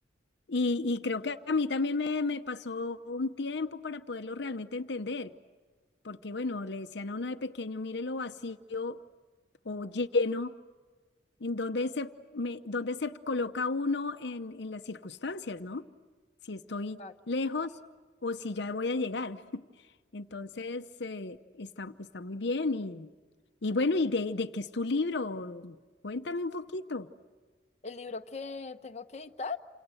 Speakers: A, on the left; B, on the left.
A: Y, y creo que a mí también me, me pasó un tiempo para poderlo realmente entender, porque bueno, le decían a uno de pequeño, mire lo vacío o lleno, en donde se, me, dónde se coloca uno en, en las circunstancias, ¿no? Si estoy
B: Ah,
A: lejos o si ya voy a llegar. <laughs> Entonces, eh, está, está muy bien y, y bueno, ¿y de, de qué es tu libro? Cuéntame un poquito.
B: El libro que tengo que editar,